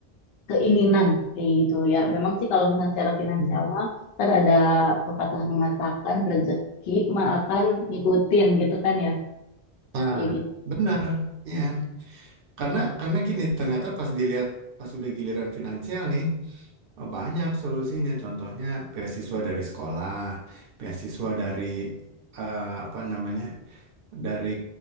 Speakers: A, on the left; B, on the right.
A: keinginan kayak gitu ya. Memang sih kalau misalnya secara finansial
B: Mm.
A: mah kan ada pepatah mengatakan rezeki mah akan ngikutin gitu kan ya.
B: Nah,
A: Kayak gitu.
B: benar ya karena karena gini ternyata pas dilihat pas udah giliran finansial nih oh, banyak solusinya contohnya beasiswa dari sekolah beasiswa dari eh, apa namanya dari